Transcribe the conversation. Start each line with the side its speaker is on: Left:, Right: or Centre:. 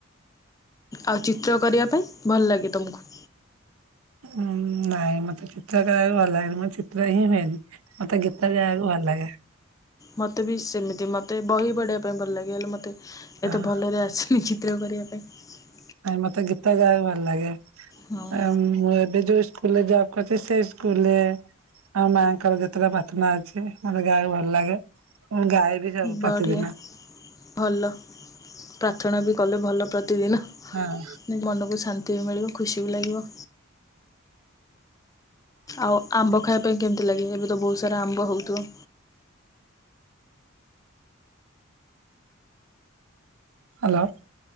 Left: ଆଉ ଚିତ୍ର କରିବା ପାଇଁ ଭଲ ଲାଗେ ତମକୁ?
Right: ହୁଁ ନାଇଁ ମତେ ଚିତ୍ର କରିବାକୁ ଭଲ ଲାଗେନି ମୋର ଚିତ୍ର ହିଁ ହୁଏନି। ମତେ ଗୀତ ଗାଇବାକୁ ଭଲ ଲାଗେ।
Left: ମତେ ବି ସେମିତି ମତେ ବହି ପଢେଇିବା ପାଇଁ ଭଲ ଲାଗେ ହେଲେ ମତେ
Right: ହଁ
Left: ଏତେ ଭଲରେ ଆସେନି ଚିତ୍ର କରିବା ପାଇଁ
Right: ନାଇଁ ମତେ ଗୀତ ଗାଇବାକୁ ଭଲ ଲାଗେ
Left: ହଁ
Right: ଆଉ ମୁଁ ଏବେ ଯୋଉ ସ୍କୁ ହେଲେ ଜବ୍ କରୁଚି ସେ ସ୍କୁଲରେ ଆମ ମାଆଙ୍କର ଯେତେଟା ପ୍ରାର୍ଥନା ଅଛି ମୋତେ ଗାଇବାକୁ ଭଲ ଲାଗେ ମୁ ଗାଏ ବି ସବୁ ପ୍ରତିଦିନ
Left: ବଢ଼ିଆ ଭଲ ପ୍ରାର୍ଥନା ବି କଲେ ଭଲ ପ୍ରତିଦିନ
Right: ହଁ।
Left: ମନକୁ ଶାନ୍ତି ମିଳିବ ଖୁସି ବି ଲାଗିବ। ଆଉ ଆମ୍ବ ଖାଇବା ପାଇଁ କେମିତି ଲାଗେ ଏବେ ତ ବହୁତ ସାରା ଆମ୍ବ ହେଉଥିବ।
Right: ହ୍ୟାଲୋ।